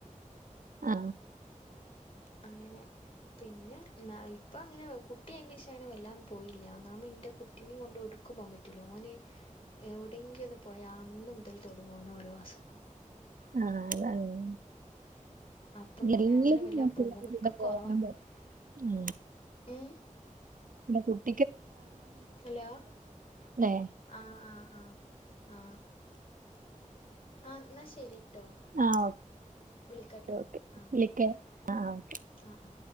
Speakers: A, on the right; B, on the left.
A: ആ
B: അങ്ങനെ പിന്നെ ന്നഇപ്പൊ അങ്ങനെ കുട്ടി എൻ്റശേഷം അങ്ങനെ വല്ലാന്നും പോയില്ല. നാ മി എന്റെ കുട്ടിനെയും കൊണ്ട് എവിടുക്കും പോവാൻ പറ്റൂല്ല. ഓന് എവിടെങ്കി ഒന്ന് പോയാ അന്ന് ത്തിൽ തുടങ്ങും ഓന് ഓരോ അസുഖോം.
A: ആ അതാണ്.
B: അപ്പൊ
A: <unintelligible>
B: പിന്നെ അങ്ങനെ വല്ലാതെ പോവക്ക് കൊറവാ.
A: ആഹ
B: ഉം
A: പിന്നെ കു
B: ഹലോ
A: ല്ലേ
B: ആ ആ ആ ആ ആ എന്നാ ശരി ട്ടോ
A: ആഹ്
B: വിളിക്കാട്ടോ.
A: ഓക്കെ
B: ആ ഓക്കെ
A: വിളിക്കാം
B: ഓക്കെ
A: ആഹ്
B: ആ ആ